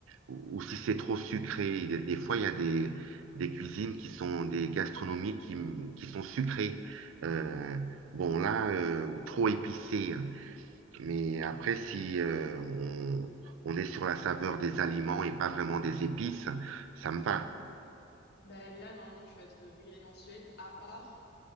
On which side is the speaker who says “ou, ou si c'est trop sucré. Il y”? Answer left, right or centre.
Right